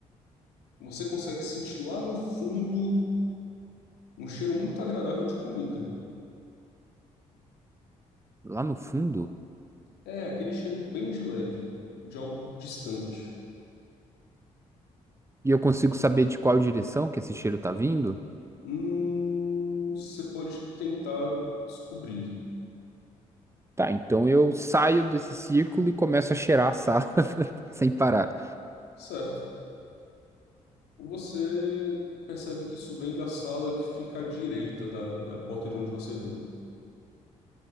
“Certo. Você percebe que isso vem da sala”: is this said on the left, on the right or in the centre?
Left